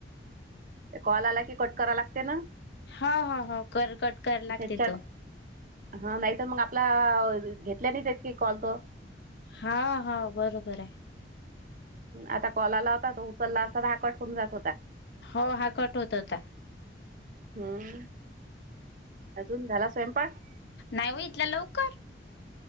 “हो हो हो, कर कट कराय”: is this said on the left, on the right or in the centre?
Left